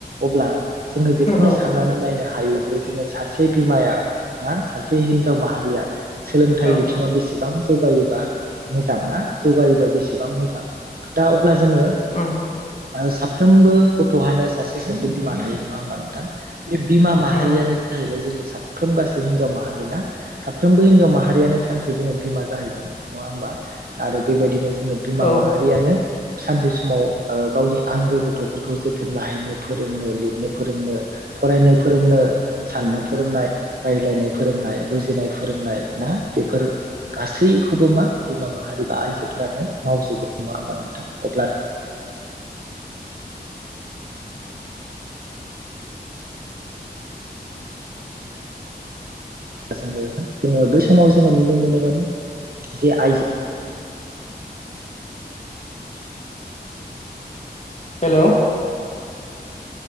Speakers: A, on the right; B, on the left.
A: अब्ला जोङो बेखौनो
B: औ
A: साननानै नायनो हायो जे जोङो सासे बिमाया ना सासे हिनजाव माहारिया सोलोंथाइ
B: औ
A: बिथिङाव बेसेबां जौगायो। बा मोजां ना जौगायोबा बेसेबां मोजां दा अब्ला जोङो
B: उम
A: ओ साफ्रोमबो गथ'हानो सासे सासे बिमा थायो नङा होमबा नोंथां बे बिमा माहारि-
B: उम
A: यानो जाहैबाय जोंनि साफ्रोम गासै हिनजाव माहारि ना साफ्रोमबो हिनजाव माहारियानो सानसे जोङो बिमा जाहैगोन। नङा होमबा आरो बेबायदिनो जोङो बिमा
B: औ
A: माहारियानो सानसे समाव ओ गावनि आंगो गथ'फोरखौ जोथोन लाहैनो फोरोंनो लिरनो फोरोंनो फरायनो फोरोंनो साननो फोरोंनाय रायज्लायनाय फोरोंनाय बुजिनाय फोरोंनाय ना बेफोर गासैखौ खौबो मा बिमा माहारि बा आइजोफोरानो मावजोबो नङा होमबा नोंथां अब्ला जोङो जोङो बै समाव जोङो नुनो मोनोमोन जे आइजो
B: हेलौ